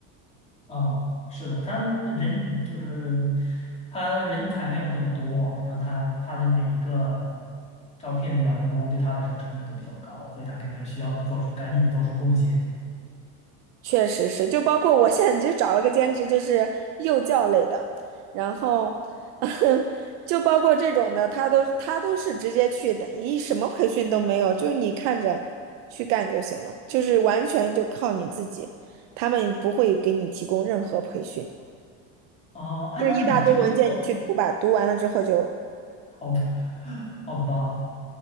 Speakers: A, on the left; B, on the right.
A: 哦，是的，他人就是他人才没有那么多，然后他他的每一个招聘的员工对他来说成本都比较高，所以他肯定是需要做出赶紧做出贡献。
B: 确实是，就包括我现在就找了个兼职，就是幼教类的，然后 <laughs> 就包括这种的，他都他都是直接去的，一什么培训都没有，就是你看着去干就行了，就是完全就靠你自己，他们不会给你提供任何培训，
A: 哦，哎，
B: 就是一大堆文件你去读吧，
A: 那你这个过
B: 读完了之后就
A: 好吧，<laughs> 好吧，